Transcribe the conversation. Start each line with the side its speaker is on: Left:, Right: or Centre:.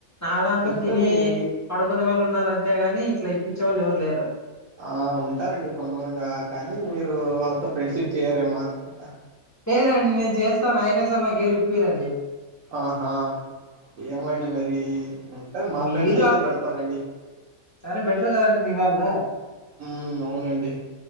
Left: నా దాంట్లో
Right: ఉంటారండి
Left: తిని
Right: మీ
Left: పడుకునే వాళ్ళు ఉన్నారు అంతేగాని ఇట్లా ఇప్పించే వాళ్ళు ఎవరు లేరు
Right: ఆ ఉంటారండి కొంతమంది ఆ కానీ మీరు వాళ్ళతో ఫ్రెండ్షిప్ చేయరేమో అ ఉంటా
Left: లేదండి నేను చేస్తాను అయినా సరే నాకేరుక్వెరండి.
Right: ఆహా ఏవండీ మరి ఉంట మా
Left: మీరు
Right: ఫ్రెండ్స్ అయితే
Left: ఆహ్,
Right: పెడతారండి.
Left: సరే బెటర్ గదండి మీ వాళ్ళో
Right: హుమ్మ్ అవునండి.